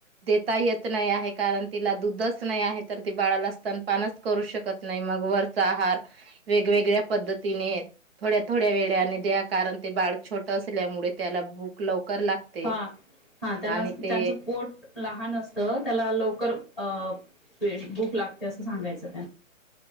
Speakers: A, on the right; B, in the centre.
A: देता येत नाही आहे, कारण तिला दुधंच नाही आहे तर ती बाळाला स्तनपानच करू शकत नाही मग वरचा आहार वेगवेगळ्या पद्धतीने थोड्या थोड्या वेळाने द्या कारण ते बाळ छोट त्या मूळे त्याला भूक लागते
B: हा हा त्यांना
A: आणि ते
B: त्यांच पोट लहान असत त्याला लवकर अ पे भूक लागते अस सांगायचं त्याना.